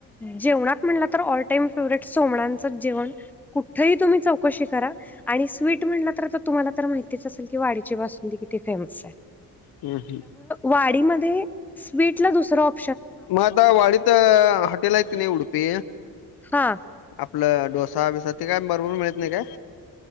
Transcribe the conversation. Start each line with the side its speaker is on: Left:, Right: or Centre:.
Centre: जेवणात म्हटलं तर ऑल टाइम फेवरेट सोमणांचंच जेवण. कुठही तुम्ही चौकशी करा. आणि स्वीट म्हणलं तर आता तुम्हाला तर माहितीच असेल की वाडीची बासुंदी किती फेमस आहे.
Left: हम.
Centre: वाडी म स्वीटला दुसरा आ ''--''
Left: म आता वाडीत हॉटेल ऐ त क नाय उडुपी.
Centre: हा
Left: आपलं डोसा बिसा ते काय बरोबर मिळत नाही काय.